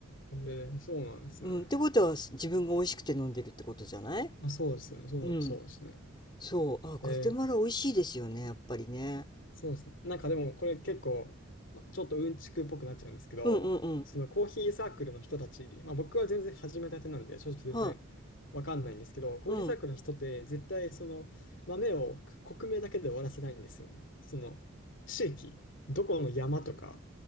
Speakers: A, on the left (about 60°); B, on the left (about 20°).
A: えーそうなんですね。
B: うん。ってことは自分が美味しくて飲んでるってことじゃない
A: まあ、そうですね。そう、
B: うん。
A: そうですね。
B: そう。あ、
A: えー
B: ガテマラ美味しいですよね、やっぱりね。
A: そうですね。なんかでもこれ結構、ま、ちょっとうんちくっぽくなっちゃうんですけど、
B: うんうんうん。
A: そのコーヒーサークルの人たち、まあ、僕は全然始めたてなんで正直全然わかんないんですけど、
B: は
A: コーヒーサークルの人って絶対その豆をく国名だけで終わらせないんですよね。
B: い。うん。
A: その地域、どこの山とか、